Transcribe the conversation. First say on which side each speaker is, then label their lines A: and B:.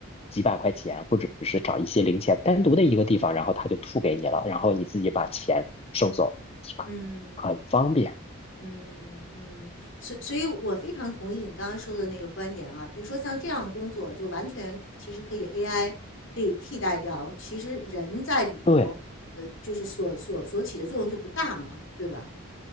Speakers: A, on the left (about 25°); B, on the left (about 60°).
A: 几百块钱，或者是找一些零钱，单独的一个地方，然后他就吐给你了，然后你自己把钱收走即可，
B: 嗯。
A: 很方便。
B: 嗯嗯，所所以，我非常同意你刚刚说的那个观点啊。比如说，像这样工作，就完全其实可以 AI 可以替代掉。其实人在里头，
A: 对
B: 呃，就是所所所起的作用就不大嘛，对吧？